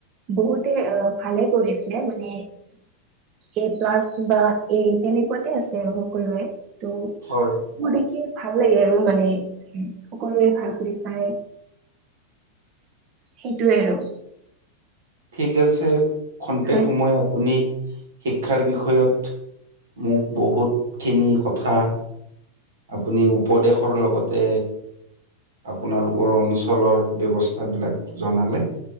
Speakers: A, on the right; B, on the right.
A: বহুতে অ ভালে কৰিছে মানে এ প্লাছ বা এ তেনেকুৱাতে আছে আৰু সকলোৱৰে। ত
B: হয়,
A: ম দে কি <inaudible> ভাল লাগে আৰু মানে সকলোৱে ভাল কৰি চাই। সেইটোৱে আৰু।
B: ঠিক আছে খন্তেক
A: হয়।
B: সময় আপুনি শিক্ষাৰ বিষয়ত মোক বহুত খিনি কথা আপুনি উপদেশৰ লগতে আপোনালোকৰ অঞ্চলৰ ব্যৱস্থা বিলাক জনালে।